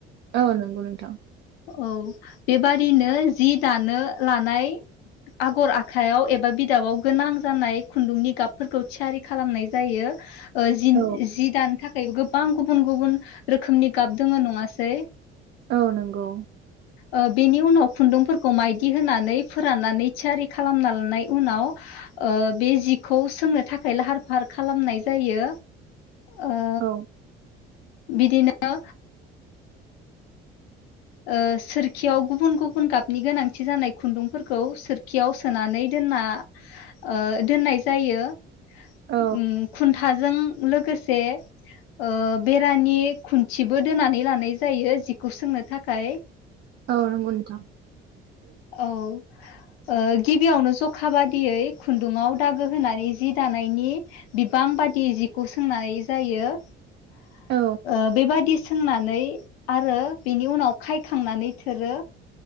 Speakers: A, on the right; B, on the left.
A: औ नंगौ नोंथां।
B: औ बेबादिनो जि दानो लानाय आगर आखाइयाव एबा बिदाबाव गोनां जानाय खुन्दुंनि गाबफोरखौ थियारि खालामनाय जायो। ओ जिन
A: औ
B: जि दानो था खायबो गोबां गुबुन गुबुन रोखोमनि गाब दोङो नङासै?
A: औ नंगौ।
B: ओ बेनि उनाव खुन्दुंफोरखौ माइदि होनानै फोराननानै थियारि खालामना लानाय उनाव ओ बे जिखौ सोंनो थाखाय लाहार फाहार खालामनाय जायो। ओ
A: औ
B: बिदिनो ओ सोरखियाव गुबुन गुबुन गाबनि गोनांथि जानाय खुन्दुंफोरखौ सोरखियाव सोनानै दोनना ओ दोननाय जायो।
A: औ
B: उम खुन्था जों लोगोसे ओ बेरानि खुन्थिबो दोनानै लानाय जायो जिखौ सोंनो था खाय।
A: औ नंगौ नोंथां।
B: औ। ओ गिबियावनो जखा बादियै खुन्दुङाव दागो होनानै जि दानायनि बिबां बादि जिखौ सोंनाय जायो। ओ
A: औ
B: बेबायदि सोंनानै आरो बेनि उनाव खायखांनानै थोरो